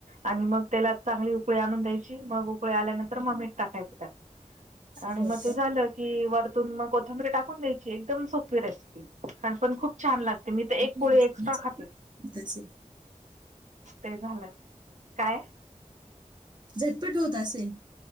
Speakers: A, on the right; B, on the right.
A: आणि मग त्याला चांगली उकळी आणून द्यायची मग उकळी आल्यानंतर मग मीठ टाकायचं त्यात. आणि
B: हो
A: मग ते
B: का
A: की वरतून मग कोथंबीरी टाकून द्यायची एकदम सोपी रेसिपी आणि पण खूप छान लागते. ते मी तर एक
B: हम्म.
A: पोळी एक्स्ट्रा
B: झटपट
A: खाते.
B: होत असेल
A: ते झालंय काय?
B: झटपट होत असेल?